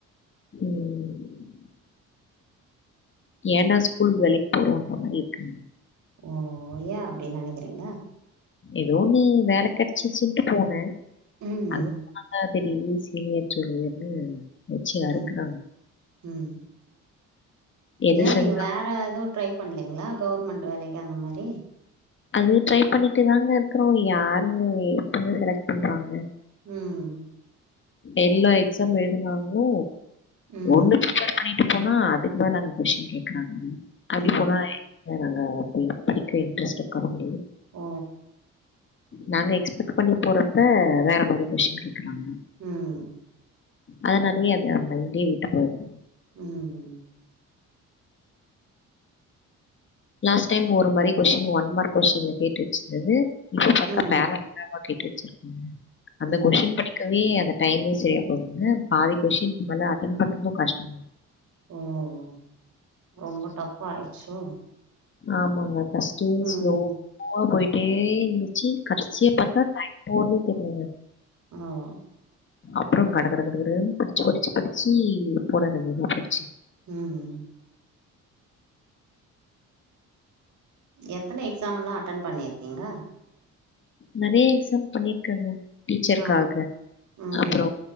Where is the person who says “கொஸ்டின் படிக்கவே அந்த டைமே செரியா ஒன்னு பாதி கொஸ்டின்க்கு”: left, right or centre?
Left